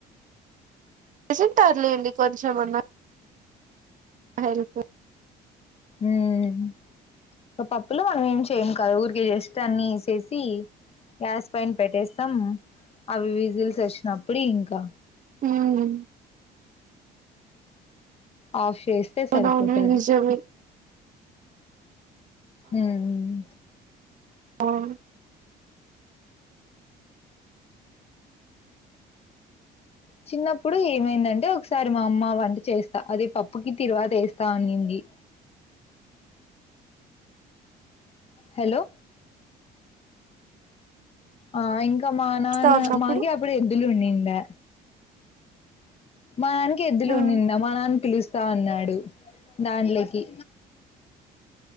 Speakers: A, on the right; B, on the left.
A: చేసుంటాడు లేండి కొంచెంమన్నా. హెల్ప్.
B: ఉమ్. ఒక పప్పులో మనం ఏం చేయ్యము కాదు ఊరికే జస్ట్ అన్ని వేసేసి. గ్యాస్ పైన పెట్టేస్తాం అవి విజిల్స్ వచ్చినప్పుడు ఇంకా.
A: మ్మ్
B: ఆఫ్ చేస్తే సరిపోతది
A: అవునవును నిజమే
B: ఉమ్.
A: అవును.
B: చిన్నప్పుడు ఏమైందంటే ఒకసారి మా అమ్మ వంట చేస్తా అదే పప్పుకి తిరువారేస్తా అనింది. హలో. ఆహ్ ఇంకా మా నాన్న
A: ఇస్తా ఉన్నప్పుడు
B: మాకి అప్పుడు ఎద్దులు ఉనిండే. మా నాన్నకి ఎద్దులునిండే
A: మ్మ్
B: మా నాన్న పిలుస్తా అన్నాడు దాంట్లోకి.